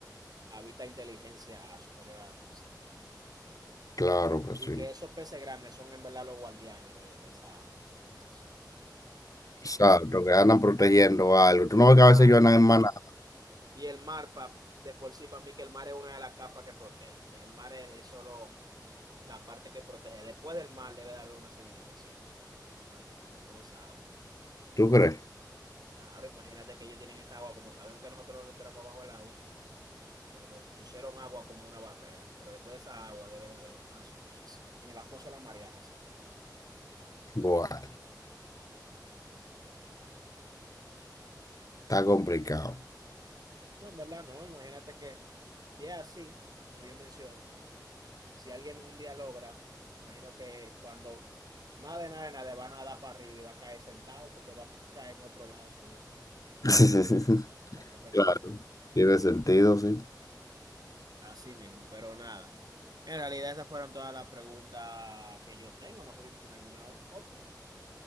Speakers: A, on the right; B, on the left.
A: habita inteligencia superior a la nuestra
B: claro que
A: y
B: sí.
A: que esos peces grandes son en verdad los guardianes de, de esa civilización.
B: Exacto, que andan protegiendo algo. Tú
A: Y
B: no
A: el
B: ves que
A: mar,
B: a veces ellos andan en maná,
A: y el mar pa- de por sí, para mí que el mar es una de las capas que protege. El mar es, es solo la parte que protege. Después del mar debe de haber una civilización, o sea, más para allá, después de esa agua.
B: ¿tú crees?
A: Claro, imagínate que ellos tienen esa agua, como saben que nosotros nos esperamos bajo el agua. eh, nos pusieron agua como una barrera, pero después de esa agua debe de haber más cosas. En el fosa de la Mariana, seguro.
B: Bueno, está complicado.
A: No, en verdad no, imagínate que si es así, como yo menciono, si alguien un día logra, imagino que cuando nada de nada de nada van a dar para arriba y va a caer sentado porque va a caer en otro lado seguro,
B: <laughs>
A: para que esté
B: Claro,
A: claro.
B: tiene sentido, sí.
A: Así mismo, pero nada. En realidad esas fueron todas las preguntas que yo tengo. No sé si tú tienes alguna o- otra.